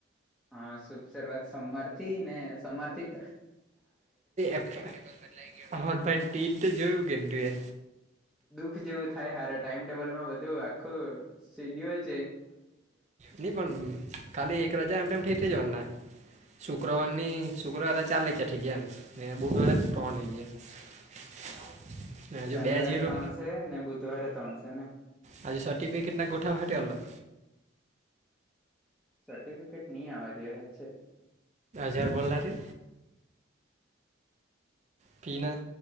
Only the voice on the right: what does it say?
એભાઈ ટીટ જોયું કે તું એ
ની પણ ખાલી એક રાજ એમ ટેમ થેઈ ટેજ વાનના શુક્રવારની શુક્રવારે ચાલે કયાઠઈ ગયા એમ ને બુધવારે ત્રણ થઈ ગયા <inaudible>
જીરો
આજ સર્ટફિકેટ ના ગઠાવહે તે અલગ
હજાર ભરેલા તે ફીના